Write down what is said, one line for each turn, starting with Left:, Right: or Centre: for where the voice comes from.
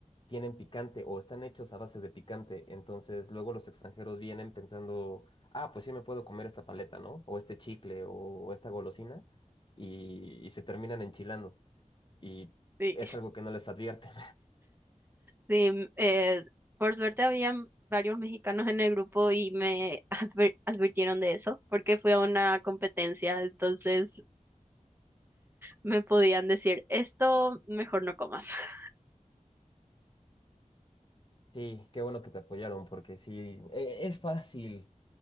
Left: tienen picante o están hechos a base de picante. Entonces, luego los extranjeros vienen pensando, ah, pues sí me puedo comer esta paleta, ¿no? O este chicle o, esta golosina y, y se terminan enchilando. Y
Right: Sí,
Left: es algo que no les advierten.
Right: sí, eh, por suerte habían varios mexicanos en el grupo y me <laughs> adver- advirtieron de eso porque fui a una competencia, entonces me podían decir, esto mejor no comas. <laughs>
Left: Sí, qué bueno que te apoyaron, porque sí, e- es fácil